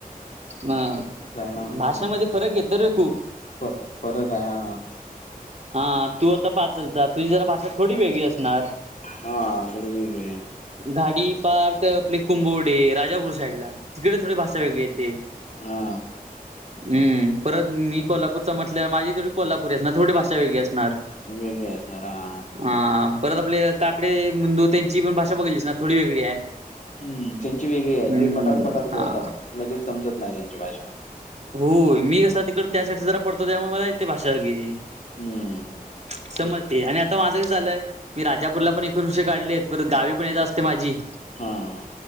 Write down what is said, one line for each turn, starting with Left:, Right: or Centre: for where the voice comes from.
Right: म
Left: ना हम्म
Right: भाषामध्ये फरक यतोरे खूप.
Left: फ फरकय हा.
Right: हा तू आता पाचलचा. तुझी जरा भाषा थोडी वेगळी असणार.
Left: हा थोडी वेगळी ये.
Right: घाडी पार त आपले कुंबवडे. राजापूर साईटला. तिकडे थोडी भाषा वेगळी येते.
Left: हा
Right: हम्म. परत मी कोल्हापूरचा म्हटल्याव. माझी थोडी कोल्हापूरी असणार. थोडी भाषा वेगळी असणार.
Left: वेगळी असणार. हा.
Right: हा. परत आपले काकडे म दूत्यांची पण, भाषा बघितलीस ना. थोडी वेगळी आहे.
Left: हम्म. त्यांची वेगळीये.
Right: हम्म
Left: ते पटार पटार
Right: हा
Left: बोलतात. लगेच समजत नाही. त्यांची भाषा.
Right: हो मी कसा तिकडे त्या साईड जरा पडतो. त्यामुळे मला इथे भाषा वेगळी ती.
Left: हम्म.
Right: समजते. आणि आता माझं कसं झालंय? मी राजापूरला पण एक वर्ष काढलेत. परत गावी पण ये जा असते माझी.
Left: हा हा.